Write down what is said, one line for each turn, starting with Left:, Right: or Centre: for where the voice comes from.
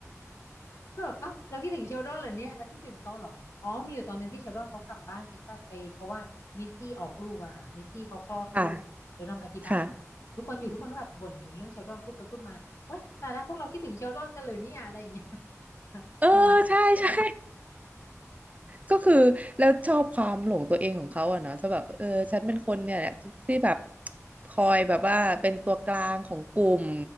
Left: แล้วก็แบบเอ้าเราคิดถึงเชลดอนเหรอเนี่ยเราคิดถึงเขาเหรออ๋อมีอยู่ตอนหนึงที่เชลดอนเขากลับบ้านเท็กซัสไปเพราะว่ามิสซี่ออกลูกอะค่ะมิสซี่เขาคลอดลูกเชลดอนไปที่บ้านทุกคนอยู่ทุกคนก็แบบบ่นถึงเรื่องเชลดอนพูดไปพูดมาเว้ยแต่ละพวกเราคิดถึงเชลดอนกันเลยเนี่ยอะไรอย่างเงี้ย
Right: <laughs> ค่ะค่ะ
Left: <laughs>
Right: เออใช่ใช่
Left: น่ารัก
Right: ก็คือแล้วชอบความหลงตัวเองของเขาอะเนาะจะแบบเออฉันเป็นคนเนี่ยแหละที่แบบคอยแบบว่าเป็นตัวกลางของกลุ่ม